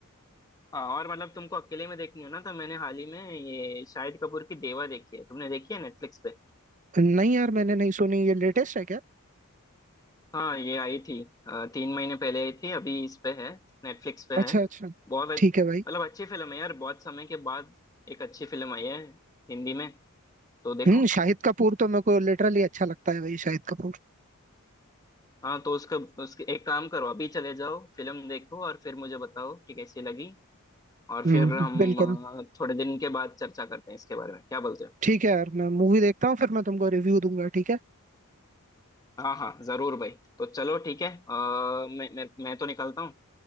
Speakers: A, on the left; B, on the right.
A: हाँ और मतलब तुमको अकेले में देखनी हो ना तो मैंने हाल ही में ये शाहिद कपूर की देवा देखी है तुमने देखी है नेटफ्लिक्स पे
B: नहीं यार मैंने नहीं सुनी ये लेटेस्ट है क्या
A: हाँ ये आई थी अ, तीन महीने पहले आई थी अभी इस पे है नेटफ्लिक्स पे
B: अच्छा
A: है
B: अच्छा
A: बहुत अच्छ-
B: ठीक है भाई
A: मतलब अच्छी फिल्म है यार बहुत समय के बाद एक अच्छी फिल्म आई है हिंदी में तो देखो
B: हम्म शाहिद कपूर तो मेरे को लिटरली अच्छा लगता है भाई शाहिद कपूर
A: हाँ तो उसका उसके एक काम करो अभी चले जाओ फिल्म देखो और फिर मुझे बताओ कि कैसी लगी और फिर
B: हम्म
A: हम
B: बिल्कुल
A: अ, थोड़े दिन के बाद चर्चा करते हैं इसके बारे में क्या बोलते हो
B: ठीक है यार मैं मूवी देखता हूँ फिर मैं तुमको रिव्यू दूंगा ठीक है
A: हाँ हाँ जरूर भाई तो चलो ठीक है अ, मैं मैं मैं तो निकलता हूँ